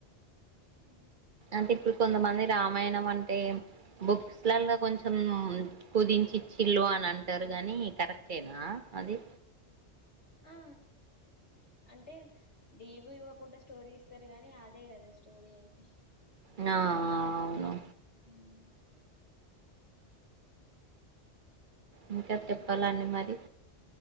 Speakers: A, on the left (about 85°); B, on the right (about 45°).
A: ఊమ్
B: అంటె ఇప్పుడ్ కొందమంది రామాయ్ణమంటె బుక్స్లల్లొ కొంచమ్ కుదించిచ్చి ఇల్లు అని అంటర్ గానీ కరెక్టేనా అది.
A: ఆ అంటే డీపీ ఇవ్వకుంట స్టోరీ ఇస్తర్ గానీ అదే గద స్టోరీ ఐతె
B: నా ఆ ఔను.
A: ఊమ్.
B: ఇంక తెప్పాలండి మరి